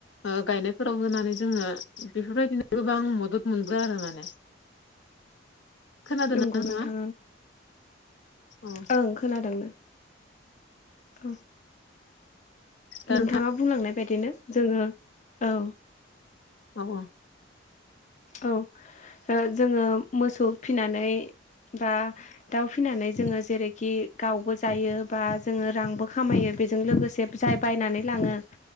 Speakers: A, on the left; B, on the left.
A: ओ गायनायफोराव होनानै जोङो बेफोरबायदिनो गोबां मदद मोनदो आरो माने। खोनादोंना
B: नंगौ
A: नोंथाङा
B: नोंथां
A: औ
B: ओं खोनादों ना। औ
A: दा
B: नोंथाङा
A: नोंथां
B: बुंलांनाय बायदिनो जोङो औ
A: औ औ।
B: औ जोङो मोसौ फिनानै बा दाउ फिसिनानै जोङो जेरैखि गावबो जायो बा जोङो रांबो खामायो बेजों लोगोसे जाय बायनानै लाङो